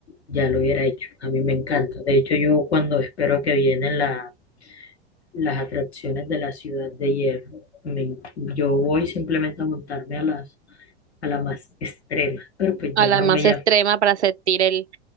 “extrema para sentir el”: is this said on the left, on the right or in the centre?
Right